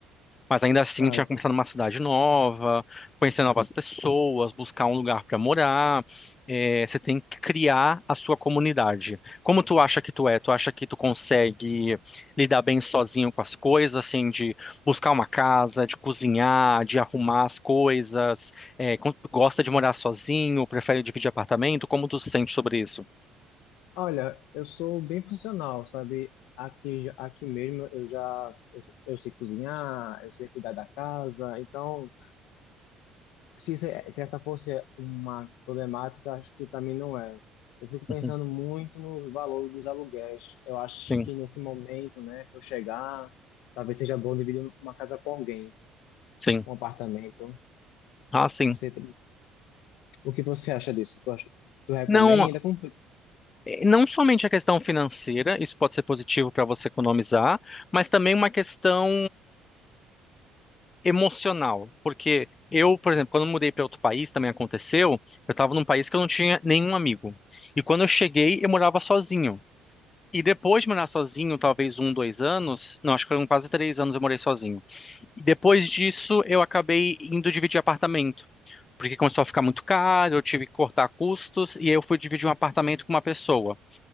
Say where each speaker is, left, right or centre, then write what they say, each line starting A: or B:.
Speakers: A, on the left; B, on the left.
A: Mas ainda assim,
B: Ah,
A: tinha
B: isso
A: começado numa cidade nova, conhecer novas pessoas, buscar um lugar para morar. É, você tem que criar a sua comunidade. Como tu acha que tu é? Tu acha que tu consegue lidar bem sozinho com as coisas, assim, de buscar uma casa, de cozinhar, de arrumar as coisas? É, con- gosta de morar sozinho? Prefere dividir apartamento? Como tu se sente sobre isso?
B: Olha, eu sou bem funcional, sabe? Aqui, aqui mesmo eu já eu, eu sei cozinhar, eu sei cuidar da casa, então se, se se essa fosse uma problemática, acho que para mim não é. Eu fico pensando
A: Uhum,
B: muito no valor dos aluguéis. Eu acho
A: Sim,
B: que nesse momento, né, que eu chegar, talvez seja bom dividir uma casa com alguém,
A: sim.
B: um apartamento.
A: Ah, sim.
B: Você, o que você acha disso? Tu, acha- tu recomenda?
A: Não,
B: Como-
A: eh, Não somente a questão financeira, isso pode ser positivo para você economizar, mas também uma questão emocional, porque eu, por exemplo, quando eu mudei para outro país, também aconteceu, eu estava num país que eu não tinha nenhum amigo. E quando eu cheguei, eu morava sozinho. E depois de morar sozinho, talvez um, dois anos, não, acho que foram quase três anos eu morei sozinho. E depois disso, eu acabei indo dividir apartamento porque começou a ficar muito caro, eu tive que cortar custos, e aí eu fui dividir um apartamento com uma pessoa.